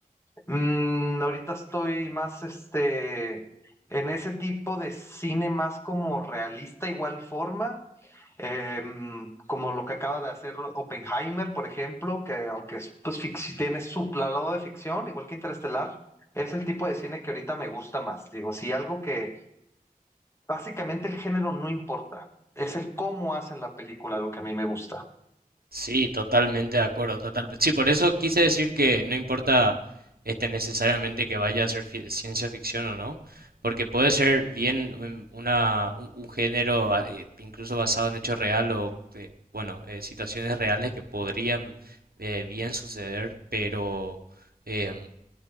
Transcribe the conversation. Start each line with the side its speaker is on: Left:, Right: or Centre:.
Left: Mm, ahorita estoy más este en ese tipo de cine más como realista, igual forma, em, como lo que acaba de hacer Oppenheimer, por ejemplo, que aunque es, pues, fic- si tiene su lado de ficción, igual que Interestelar, es el tipo de cine que ahorita me gusta más. Digo, sí, algo que básicamente el género no importa, es el cómo hacen la película lo que a mí me gusta.
Right: Sí, totalmente de acuerdo, total. Sí, por eso quise decir que no importa este necesariamente que vaya a ser fi- ciencia ficción o no, porque puede ser bien un- una un, un género ah, eh, incluso basado en hechos real o eh, bueno, eh, situaciones reales que podrían eh, bien suceder, pero em,